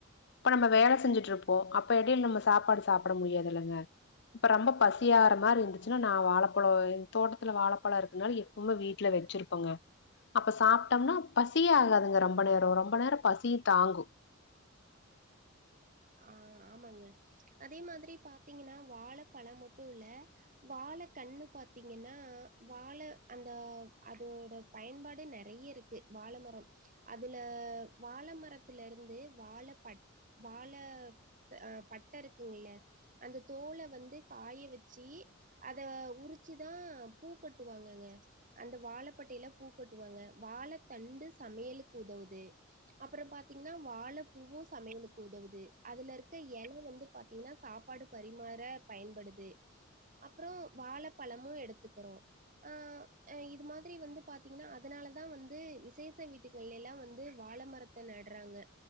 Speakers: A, on the left; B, on the right.
A: இப்ப நம்ம வேலை செஞ்சுட்டு இருப்போ அப்ப இடையில நம்ம சாப்பாடு சாப்ட முடியதுல்லங்க இப்ப ரொம்ப பசியாகற மாதிரி இருந்துச்சன்னா நா வாழைப்பழம் தோட்டத்துல வாழைப்பழோ இருக்குதுனால ரொம்ப வீட்டுல வச்சிருப்போங்க அப்ப சாப்ட்டோம்னா பசியே ஆகாதுங்க ரொம்ப நேரோ ரொம்ப நேரோ பசிய தாங்கு
B: ஆ ஆமாங்க அதே மாதிரி பாத்தீங்கன்னா வாழை பழ மட்டும் இல்ல வாழை கண்ணு பாத்தீங்கன்னா வாழை அந்த அதோட பயன்பாடு நெறைய இருக்கு வாழைமரம் அதுல வாழை மரத்துல இருந்து வாழ பட் வாழ ஆ பட்ட இருக்குங்கல்ல அந்த தோலை வந்து காய வச்சு அத உரிச்சுதா பூ கட்டுவாங்கங்க அந்த வாழைப்பட்டையிலா பூ கட்டுவாங்க வாழை தண்டு சமையலுக்கு உதவுது அப்றோ பாத்தீங்கன்னா வாழை பூவு சமையலுக்கு உதவுது அதுல இருக்க இலை வந்து பாத்தீங்கன்னா சாப்பாடு பரிமாற பயன்படுது அப்றோ வாழை பழமு எடுத்துக்கிறோ ஆ இது மாதிரி வந்து பாத்தீங்கன்னா அதுனாலதா வந்து விசேஷ வீடு எல்லா வந்து வாழை மரத்தை நடுறாங்க